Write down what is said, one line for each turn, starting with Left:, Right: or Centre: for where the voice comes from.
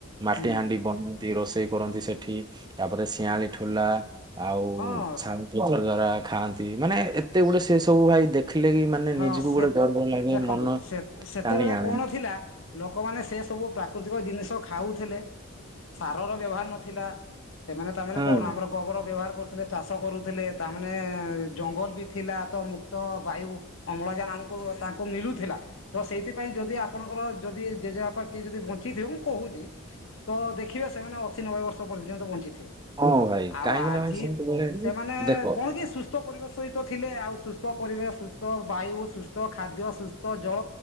Right: ମାଟି
Left: ହୁଁ
Right: ହାଣ୍ଡି ବନାନ୍ତି ରୋଷେଇ କରନ୍ତି ସେଠି ତାପରେ ଶିଆଳି ଠୁଲା। ଆଉ।
Left: ହଁ
Right: ଛାଣୁ ପଥର ଦ୍ୱାରା ଖାଆନ୍ତି ମାନେ ଏତେ ଗୁଡ଼େ ସେ ସବୁ ଭାଇ ଦେ ରଖିଲେ କି ମାନେ
Left: ହଁ
Right: ନିଜକୁ
Left: ସେ
Right: ଗୋଟେ
Left: ଦେଖନ୍ତୁ
Right: ଗର୍ବ ଲାଗେ ମନ
Left: ସେତେ ସେତେବେଳେ
Right: ଟାଣି ଆଣେ।
Left: କଣ ଥିଲା ଲୋକମାନେ ସେ ସବୁ ପ୍ରାକୃତିକ ଜିନି ଖାଉଥିଲେ ସାରର ବ୍ୟବହାର ନଥିଲା। ସେମାନେ ତାମାନେ
Right: ହୁଁ
Left: କଣ ଆମର ଗୋବର ବ୍ୟବହାର କରୁଥିଲେ ଚାଷ କରୁଥିଲେ। ତାମାନେ ଜଙ୍ଗଲ ବି ଥିଲା ତ ମୁକ୍ତ ବାୟୁ ଅମ୍ଳଜାନ ଆମକୁ ତାଙ୍କୁ ମିଳୁଥିଲା ତ ସେଇଥିପାଇଁ ଯଦି ଆପଣଙ୍କର ଯଦି ଜେଜେବାପ କିଏ ଯଦି ବଞ୍ଚ ଥିବେ ମୁଁ କହୁଚି ତ ଦେଖିବା ସେମାନେ ଅଶୀ ନବେ ବର୍ଷ ପର୍ଯ୍ୟନ୍ତ ବଞ୍ଚିଥିବେ ବେ
Right: ହଁ ଭାଇ
Left: ଆଉ
Right: କାହିଁକି
Left: ଆଜିି
Right: ନା ଭାଇ ସେତେବେଳେ
Left: ସେମାନେ
Right: ଦେଖ
Left: କଣ କି ସୁସ୍ଥ ପରିବେଶ ସହିତ ଥିଲେ ଆଉ ସୁସ୍ଥ ପରିବେଶ ସୁସ୍ଥ ବାୟୁ ସୁସ୍ଥ ଖାଦ୍ୟ ସୁସ୍ଥ ଜଳ